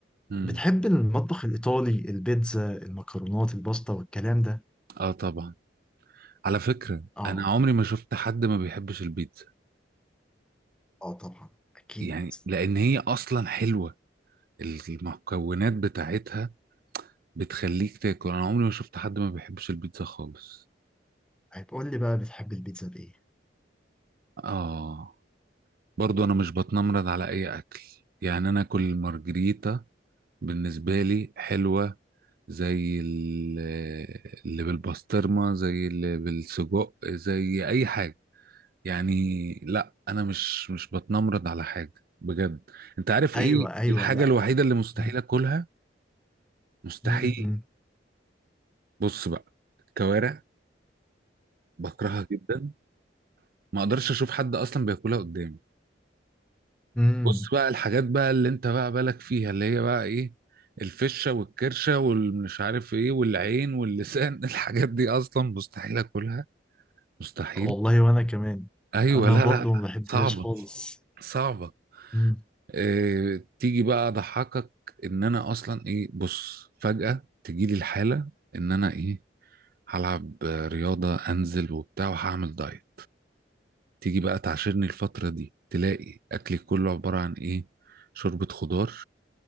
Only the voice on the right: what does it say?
امم
اه طبعا على فكره
انا عمري ما شفت حد ما بيحبش البيتزا
يعني لان هي اصلا حلوه المكونات بتاعتها بتخليك تاكل انا عمري ما شفت حد ما بيحبش البيتزا خالص
اه برضو انا مش بتنمرض على اي اكل يعني انا كل مارجريتا بالنسبه لي حلوه زي ال- اللي بالبسطرمه زي اللي بالسجق زي اي حاجه يعني لا انا مش مش بتنمرض على حاجه بجد انت عارف
ايه
الحاجه
الوحيده اللي مستحيل
اكلها مستحيل
بص بقى الكوارع بكرهها جدا ما اقدرش اشوف حد اصلا بياكلها قدامي
بص بقى الحاجات بقى اللي انت بقى بالك فيها اللي هي بقى ايه الفشة والكرشة والمش عارف ايه والعين واللسان <laughs> الحاجات دي اصلا مستحيل اكلها مستحيل
ايوه
لا
لا لا،
صعبة
صعبة
إيه تيجي بقى اضحكك ان انا اصلا ايه بص فجأة تجيلي الحالة ان انا ايه هلعب رياضة انزل وبتاع وهعمل دايت تيجي بقى تعاشرني الفترة دي تلاقي اكلي كله عبارة عن ايه شوربة خضار